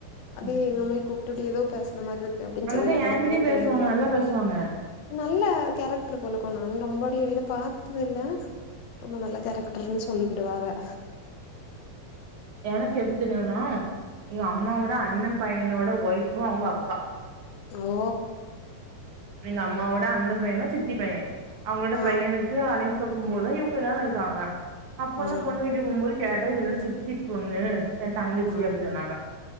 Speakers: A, on the left; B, on the right.
A: அது
B: ம்.
A: எங்கம்மாய கூப்டுட்டு எதோ பேசுன மார்ருக்கு அப்டின்னு செரி
B: அக்கா
A: எனக்கு
B: என்கிட்டயே
A: அந்த கத செரியா
B: பேசுவாங்க.
A: தெரியாது
B: நல்லா பேசுவாங்க.
A: நல்ல கேரக்ட்ரு போலக்கோ நானு ரொம்படிய இத பாத்ததில்ல ரொம்ப நல்ல கேரக்ட்ருன்னு சொல்லிக்கிடுவாக
B: எனக்கு எப்டி தெரியுனா எங்க அம்மாவோட அண்ண பையனோட ஒய்ஃபு அவ்ங்க அப்பா
A: ஓ
B: எங்க அம்மாவோட அண்ண பையனோ சித்தி பைய அவ்ங்களோட
A: ஆ
B: பையனுக்கு அலைன்ஸ் பா க்கும் போதா இவ்ங்க எல்லாரு இருக்குறாங்க அப்பதா
A: ஆ
B: பொண்ணு வீட்டுக்கு போம்போது கேட்டே இது என்னோட சித்தி பொண்ணு என் தங்கச்சி
A: ஆ
B: அப்படின் சொன்னாங்க